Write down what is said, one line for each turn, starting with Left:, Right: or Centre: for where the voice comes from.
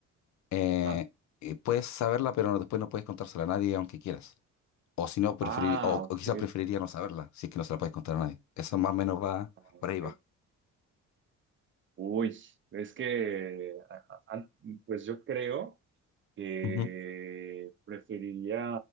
Left: Eh,
Right: Ajá.
Left: eh, puedes saberla, pero no- después no puedes contársela a nadie aunque quieras. O si no, preferir,
Right: Ah,
Left: o,
Right: ok.
Left: o quizás preferiría no saberla, si es que no se la puedes contar a nadie. Eso más o menos va,
Right: Ah, ok.
Left: por ahí va.
Right: Uy, es que, a- a- a- pues yo creo. eh,
Left: Ujú.
Right: preferiría